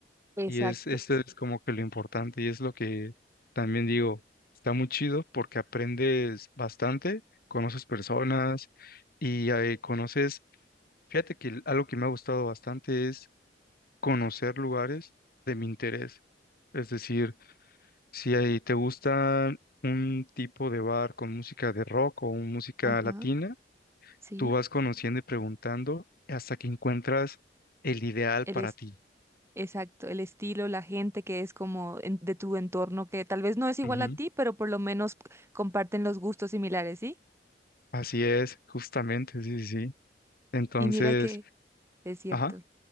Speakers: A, on the right; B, on the left.
A: Exacto,
B: Y es, esto es como que lo importante y es lo que también digo, está muy chido porque aprendes bastante, conoces personas y eh, conoces, fíjate que el- algo que me ha gustado bastante es conocer lugares de mi interés. Es decir, si ahí te gusta un tipo de bar con música de rock o música
A: ajá,
B: latina,
A: sí,
B: Tú vas conociendo y preguntando hasta que encuentras el ideal
A: el
B: para
A: es-
B: ti.
A: exacto, el estilo, la gente que es como en- de tu entorno que tal vez no es igual
B: Ujú.
A: a ti, pero por lo menos comparten los gustos similares, ¿sí?
B: Así es, justamente, sí, sí, sí. Entonces,
A: Y mira que es cierto.
B: ajá,